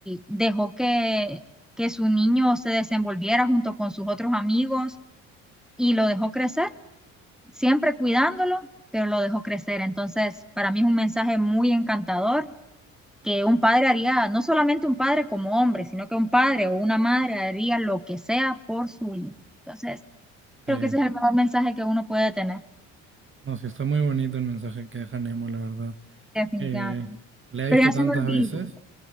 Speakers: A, in the centre; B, on the right.
A: dejó que, que su niño se desenvolviera junto con sus otros amigos y lo dejó crecer, siempre cuidándolo, pero lo dejó crecer. Entonces, para mí es un mensaje muy encantador que un padre haría, no solamente un padre como hombre, sino que un padre o una madre haría lo que sea por su hijo. Entonces, creo
B: Eh,
A: que ese es el mejor mensaje que uno puede tener,
B: no, sí, está muy bonito el mensaje que deja Nemo, la verdad.
A: definitivamente.
B: Eh, la he
A: Pero
B: visto
A: ya
B: tantas
A: se me olvidó.
B: veces.